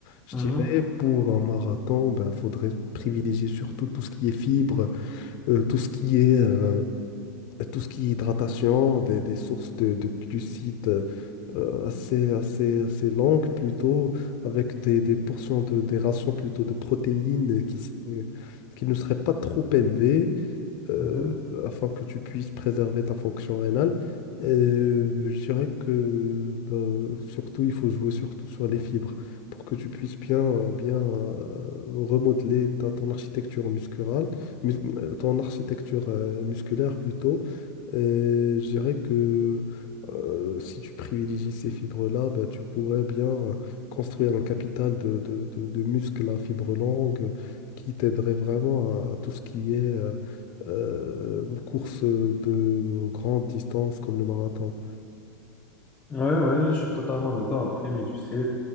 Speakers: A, on the left; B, on the left.
A: Je
B: Mhm.
A: dirais, pour un marathon, ben, faudrait privilégier surtout tout ce qui est fibres, euh, tout ce qui est, euh, tout ce qui est hydratation, des, des sources de, de glucides euh, assez, assez, assez longues plutôt, avec des, des portions de, des rations plutôt de protéines qui, s- qui ne seraient pas trop élevées euh,
B: Mhm.
A: afin que tu puisses préserver ta fonction rénale. Euh, je dirais que bah, surtout, il faut jouer surtout sur les fibres pour que tu puisses bien, bien euh, remodeler ta, ton architecture muscurale, mus- euh, ton architecture euh, musculaire plutôt. Et je dirais que euh, si tu privilégies ces fibres-là, bah, tu pourrais bien euh, construire un capital de, de, de, de muscles à fibres longues qui t'aiderait vraiment à, à tout ce qui est euh, euh, une course de grande distance comme le marathon?
B: Ouais, ouais, je suis totalement d'accord. Après, mais tu sais,